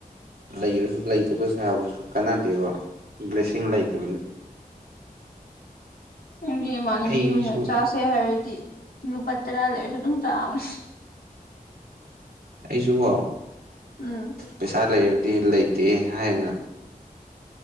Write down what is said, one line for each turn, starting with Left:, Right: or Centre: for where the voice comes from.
Right: ꯂꯩꯔꯁꯨ ꯂꯩꯇꯕ ꯁꯥꯕꯁꯨ ꯀꯥꯟꯅꯗꯦꯕ ꯕ꯭ꯂꯦꯁꯤꯡ ꯂꯩꯇꯕꯅꯤ
Left: ꯗꯤ ꯏꯃꯥꯟꯅꯕꯤꯍꯨꯅꯨ
Right: ꯑꯩꯁꯨ
Left: ꯆꯥꯁꯦ ꯍꯥꯏꯔꯗꯤ ꯂꯨꯄꯥ ꯇꯔꯥ ꯂꯩꯔꯁꯨ ꯑꯗꯨꯝ ꯆꯥꯕꯅꯦ
Right: ꯑꯩꯁꯨꯀꯣ
Left: ꯎꯝ
Right: ꯄꯩꯁꯥ ꯂꯩꯔꯗꯤ ꯂꯩꯇꯦ ꯍꯥꯏꯌꯦꯅ